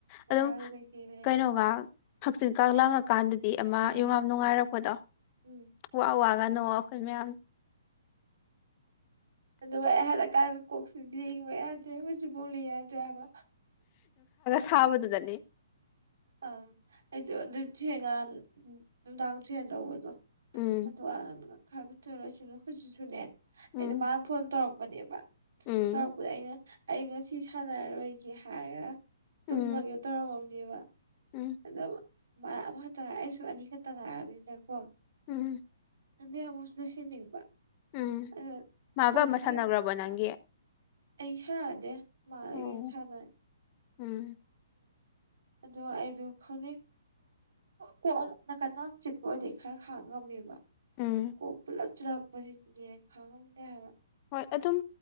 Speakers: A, on the left; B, on the right.
A: ꯑꯗꯨꯝ
B: ꯋꯥꯔꯨ ꯀꯩꯀꯩ ꯂꯩꯔꯁꯨ
A: ꯀꯩꯅꯣꯒ ꯍꯛꯆꯤꯟ ꯀꯥꯡ ꯂꯥꯡꯉꯀꯥꯟꯗꯗꯤ ꯑꯃ
B: ꯑꯥ
A: ꯌꯨꯉꯥꯝ ꯅꯨꯡꯉꯥꯏꯔꯛꯄꯗꯣ
B: ꯎꯝ
A: ꯋꯥ-ꯋꯥꯒ ꯅ‌ꯣꯑꯒ ꯑꯩꯈꯣꯏ ꯃꯌꯥꯝ
B: ꯑꯗꯨꯒ ꯑꯩ ꯍꯜꯂꯀꯥꯟꯗ ꯀꯣꯛꯆꯤꯛꯂꯤ ꯋ‌ꯦꯠ ꯗꯩ ꯍꯨꯖꯤꯛ ꯐꯥꯎ ꯂ‌ꯦꯡ ꯌꯥꯗ‍꯭ꯔ‌ꯦ ꯍꯥꯏꯕ
A: ꯊꯥꯕꯗꯨꯗꯅꯤ
B: ꯑꯪ ꯑꯩꯗꯨ ꯑꯗꯨ ꯊꯦꯡꯒꯥꯟ ꯅꯨꯃꯤꯗꯥꯡ ꯊ‌ꯦꯡꯅ ꯇꯧꯕꯗꯣ
A: ꯎꯝ
B: ꯑꯗꯨ‌ ꯑꯉꯥꯡꯗꯨꯅ ꯈꯔꯒ ꯊꯨꯅ ꯂꯣꯏꯁꯤꯟꯅ‌ꯨ ꯍꯧꯖꯤꯛꯁꯨꯅꯦ
A: ꯎꯝ
B: ꯑꯩꯗꯣ ꯃꯥꯅ ꯐꯣꯟ ꯇꯧꯔꯛꯄꯅꯦꯕ
A: ꯎꯝ
B: ꯇꯧꯔꯛꯄꯗ ꯑꯩꯅ ꯑꯩ ꯉꯁꯤ ꯁꯥꯟꯅꯔꯣꯏꯒꯦ ꯍꯥꯏꯔꯒ ꯇꯨꯝꯃꯒꯦ
A: ꯎꯝ
B: ꯇꯧꯔꯝꯃꯕꯅꯦꯕ
A: ꯎꯝ
B: ꯑꯗꯣ ꯑꯃꯈꯛꯇ ꯉꯥꯏ ꯑꯩꯁꯨ ꯑꯅꯤꯈꯛꯇ ꯉꯥꯏꯑꯔꯕꯅꯤꯅ ꯀꯣ
A: ꯎꯝ
B: ꯑꯗꯩ ꯑꯃꯨꯛ ꯂꯣꯏꯁꯤꯟꯅꯤꯡꯕ
A: ꯎꯝ
B: ꯑꯗꯨ
A: ꯃꯥꯒ
B: ꯀꯣꯛꯁꯤꯅ
A: ꯑꯃ ꯁꯥꯟꯅꯈ꯭ꯔꯕꯣ ꯅꯪꯒꯤ
B: ꯑꯩ ꯁꯥꯥꯟꯗꯦ ꯃꯥ ꯑꯣꯏꯅ
A: ꯑꯣ
B: ꯁꯥꯟꯅꯦ
A: ꯎꯝ
B: ꯑꯣ ꯑꯩꯗꯣ ꯈꯪꯅꯩ ꯀꯣꯛ ꯑꯃꯨꯛ ꯅꯥꯀꯟꯗ ꯑꯃꯨꯛ ꯆꯤꯛꯄ ꯑꯣꯏꯔꯗꯤ ꯈꯔ ꯈꯥꯡ ꯉꯝꯃꯦꯕ
A: ꯎꯝ
B: ꯀꯣꯛ ꯄꯨꯂꯞ ꯆꯜꯂꯛꯄꯁꯤꯗꯤ ꯈꯥꯡꯉꯝꯗꯦ ꯍꯥꯏꯕ
A: ꯍꯣꯏ ꯑꯗꯨꯝ